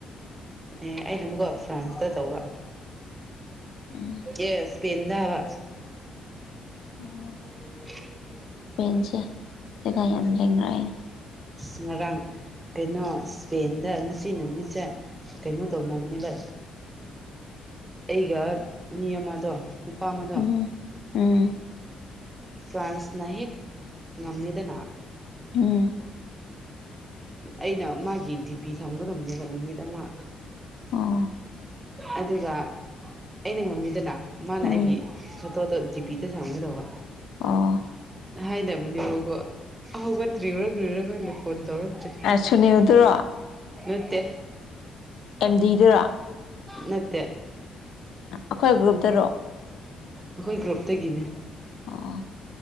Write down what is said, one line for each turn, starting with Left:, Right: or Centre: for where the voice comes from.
Right: ꯑꯦ ꯑꯩꯅ ꯑꯃꯨꯛꯀꯣ ꯐ꯭ꯔꯥꯟꯁꯇ ꯇꯧꯕ
Left: ꯎꯝ
Right: ꯑꯦ ꯁꯄꯟꯗ ꯍꯥꯏꯕ
Left: ꯑꯣ
Right: <unintelligible>
Left: ꯭ꯔꯦꯟꯁꯦ ꯀꯩꯀꯥ ꯌꯥꯝ ꯂꯦꯡꯅꯔꯛꯑꯦꯅꯦ
Right: ꯑ ꯉꯔꯥꯡ ꯀꯩꯅꯣ ꯏꯁꯄꯦꯟꯗ ꯉꯁꯤ ꯅꯨꯃꯤꯠꯁꯦ ꯀꯩꯅꯣ ꯇꯧꯅꯕꯅꯦ ꯚ ꯑꯩꯒ ꯃꯤ ꯑꯃꯗꯣ ꯅꯨꯄꯥ ꯑꯃꯗꯣ
Left: ꯎꯝ ꯎꯝ
Right: ꯐ꯭ꯔꯥꯟꯁꯅ ꯍꯦꯛ ꯉꯝꯃꯤꯗꯅ
Left: ꯎꯝ
Right: ꯑꯩꯅ ꯃꯥꯒꯤ ꯗꯤ ꯄꯤ ꯊꯝꯒꯗꯕꯅꯦꯕ ꯅꯨꯃꯤꯠ ꯑꯃ
Left: ꯑꯣ
Right: ꯑꯗꯨꯒ ꯑꯩꯅ ꯉꯝꯃꯤꯗꯅ ꯃꯥꯅ
Left: ꯎꯝ
Right: ꯑꯩꯒꯤ ꯐꯣꯇꯣꯗꯣ ꯖꯤ ꯄꯄꯤꯗ ꯁꯝꯒꯗꯕ
Left: ꯑꯣ
Right: ꯍꯥꯏꯅꯕꯅꯦꯔꯒꯣ ꯍꯧꯒꯠꯇ꯭ꯔꯤꯨꯔ꯭ꯨꯔꯈꯂ ꯐꯣꯟ ꯇꯧꯔꯛꯇ꯭ꯔꯤ
Left: ꯁꯨꯅꯤꯌꯗꯨꯔꯣ
Right: ꯅꯠꯇꯦ
Left: ꯑꯦꯝꯗꯤꯗꯔꯥ
Right: ꯅꯠꯇꯦ
Left: ꯑꯩꯈꯣꯏ ꯒ꯭ꯔꯨꯞꯇꯔꯣꯑꯣ
Right: ꯑꯩꯈꯣꯏ ꯒ꯭ꯔꯨꯞꯇꯒꯤꯅꯦ
Left: ꯑꯥ